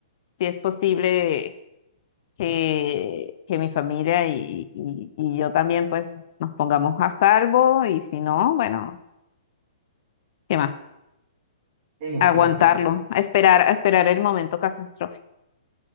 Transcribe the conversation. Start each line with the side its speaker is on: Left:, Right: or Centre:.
Left: si es posible que, que mi familia y, y- y yo también pues nos pongamos a salvo y si no, bueno, ¿qué más?
Right: Bueno,
Left: Aguantarlo,
Right: claro, pues,
Left: a esperar, a esperar el momento catastrófico.